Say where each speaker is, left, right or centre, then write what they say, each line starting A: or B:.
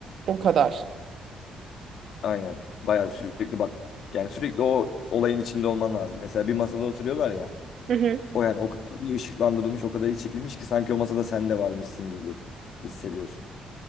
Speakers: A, on the right; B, on the left.
A: O kadar.
B: Aynen. Bayağı sürekli bak yani sürekli o olayın içinde olman lazım. Mesela bir masada oturuyorlar ya.
A: Hı hı.
B: O yani o kadar iyi ışıklandırılmış, o kadar iyi çekilmiş ki sanki o masada sen de varmışsın gibi hissediyorsun. <laughs>